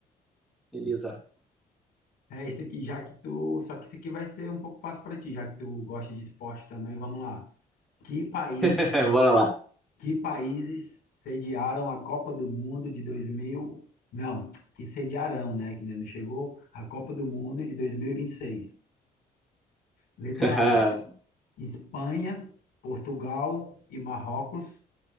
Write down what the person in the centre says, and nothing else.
Elisa.
<laughs> Bora lá.
<laughs>